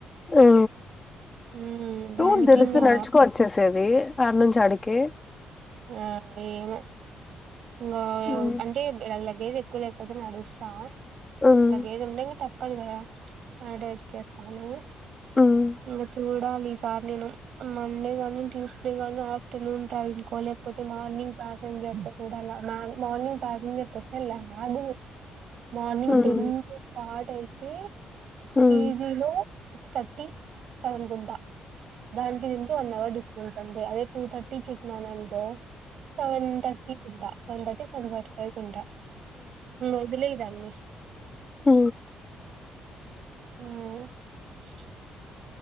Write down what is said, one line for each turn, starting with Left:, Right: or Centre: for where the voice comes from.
Left: ఆ
Right: ఉమ్
Left: టూ
Right: దానికి
Left: తెలుసి
Right: ఇంగా
Left: నడుచుకో వచ్చేసేది ఆడి నుంచి అడికి
Right: అదేమో వాయ
Left: ఉమ్
Right: అంటే వాళ్ల గేదె కూల్ లేకపోతే నడుస్తం
Left: ఉమ్
Right: న గేదె ఉండం తప్పదు గదా ఆడ ఎక్కిస్తావా నువ్వు
Left: ఉమ్
Right: హ చూడాలి ఇస సార్ నేను మండే గాని ట్యూస్డే గాని ఆఫ్టర్నూన్ టైంకోలేపో పోతే మార్నింగ్ ప్యాసెంజర్ కు కూడా మార్నింగ్ ప్యాసింజర్ వస్తేలా గు మార్నింగ్
Left: ఉమ్
Right: టెన్ నుంచి స్టార్ట్ అయి తి
Left: ఉమ్
Right: పిజీ లో సిక్స్ థర్టీ చదన్కుంట దానికి దీనికి వన్ అవర్ డిస్టెన్స్ అంతే అదే టూ థర్టీ చెట్నా స సవన్ థర్టీ కు ఉంటా సంగటి సంగటి పైట్ ఉంటా మొద్లే దాన్ని
Left: హ
Right: హా